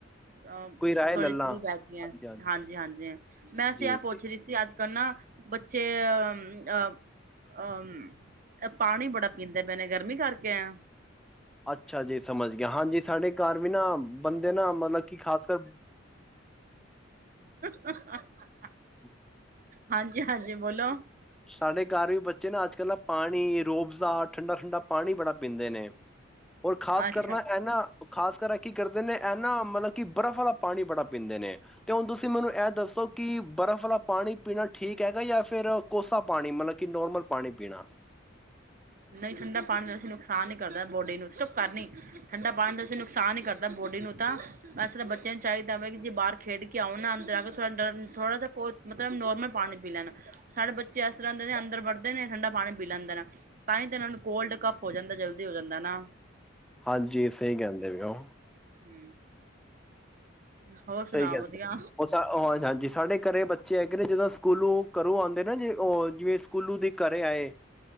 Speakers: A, on the right; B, in the centre.
A: ਅਹ
B: ਕੋਈ ਰਾਏ
A: ਥੋੜ੍ਹੀ
B: ਲੱਲਾ
A: ਫ੍ਰੀ
B: ਹਾਂਜੀ
A: ਬਹਿਚੀ ਐ
B: ਹਾਂਜੀ
A: ਹਾਂਜੀ-ਹਾਂਜੀ ਮੈਂਸੀ
B: ਜੀ
A: ਆਹ
B: ਜੀ
A: ਪੁੱਛ ਰਹੀ ਸੀ ਅੱਜ-ਕਲਨਾ ਬੱਚੇ ਅਹ ਅਹ ਅਹ ਪਾਣੀ ਬੜਾ ਪੀਂਦੇ ਪੈਣੇ ਗਰਮੀ ਕਰਕੇ ਆ
B: ਅੱਛਾ ਜੀ ਸਮਝ ਗਿਆ ਹਾਂਜੀ ਸਾਡੇ ਘਰ ਵੀ ਨਾ ਬੰਦੇ ਨਾ ਮਤਲਬ ਕਿ ਖਾਸ ਕਰ
A: <unintelligible>
B: <inaudible>
A: ਹਾਂਜੀ ਹਾਂਜੀ ਬੋਲੋ
B: ਸਾਡੇ ਘਰ ਵੀ ਬੱਚੇ ਨਾ ਅੱਜ ਕੱਲ੍ਹ ਨਾ ਪਾਣੀ ਰੂਹਅਫ਼ਜ਼ਾ ਠੰਡਾ ਠੰਡਾ ਪਾਣੀ ਬੜਾ ਪੀਂਦੇ ਨੇ। ਹੋਰ ਖਾਸ
A: ਅੱਛਾ
B: ਕਰਨਾ ਇਹਨਾ ਖਾਸ ਕਰ ਕੀ ਕਰਦੇ ਨੇ ਇਹਨਾਂ ਮਤਲਬ ਕਿ ਬਰਫ਼ ਵਾਲਾ ਪਾਣੀ ਬੜਾ ਪੀਂਦੇ ਨੇ ਅਤੇ ਹੁਣ ਤੁਸੀਂ ਮੈਨੂੰ ਐਹ ਦੱਸੋ ਕਿ ਬਰਫ਼ ਵਾਲਾ ਪਾਣੀ ਪੀਣਾ ਠੀਕ ਹੈਗਾ ਜਾਂ ਫਿਰ ਕੋਸਾ ਪਾਣੀ ਮਤਲਬ ਕਿ ਨੋਰਮਲ ਪਾਣੀ ਪੀਣਾ
A: ਨਹੀਂ ਠੰਡਾ ਪਾਣੀ ਵੈਸੇ ਨੁਕਸਾਨ ਹੀ ਕਰਦਾ ਬੋਡੀ ਨੂੰ ਸਿਰਫ ਨੀ ਠੰਡਾ ਪਾਣੀ ਵੈਸੇ ਤਾ ਨੁਕਸਾਨ ਹੀ ਕਰਦਾ ਹੈ ਬੋਡੀ ਨੂੰ ਤਾਂ ਵੈਸੇ ਤਾਂ ਬੱਚਿਆਂ ਨੂੰ ਚਾਹੀਦਾ ਵਾ ਕਿ ਜੇ ਬਾਹਰ ਖੇਡ ਕੇ ਆਉਣ ਨਾ ਅੰਦਰ ਆ ਕੇ ਥੋੜ੍ਹਾ ਜਿਹਾ ਕੋ ਮਤਲਬ ਨੋਰਮਲ ਪਾਣੀ ਪੀ ਲੈਣ ਸਾਡੇ ਬੱਚੇ ਇਸ ਤਰ੍ਹਾਂ ਦੇ ਨੇ ਅੰਦਰ ਵੜਦੇ ਨੇ ਠੰਡਾ ਪਾਣੀ ਪੀ ਲੈਂਦੇ ਨੇ ਤਾਂ ਹੀ ਤਾਂ ਇਹਨਾਂ ਨੂੰ ਕੋਲਡ ਕਫ ਹੋ ਜਾਂਦਾ ਜਲਦੀ ਹੋ ਜਾਂਦਾ ਨਾ।
B: ਹਾਂਜੀ ਸਹੀ ਕਹਿੰਦੇ ਹੋ।
A: ਹੂੰ ਹੋਰ ਸੁਣਾਓ
B: ਸਹੀ ਕਹਿੰਦੇ
A: ਵਧੀਆ
B: ਉਹ ਹਾਂਜੀ ਹਾਂਜੀ ਸਾਡੇ <unintelligible> ਘਰੇ ਬੱਚੇ ਹੈ ਜਦੋ ਸਕੂਲੋਂ ਘਰੋਂ ਆਉਂਦੇ ਨਾ ਜੇ ਉਹ ਜਿਵੇਂ ਕੁੱਲੂ ਦੇ ਘਰੇ ਆਏ।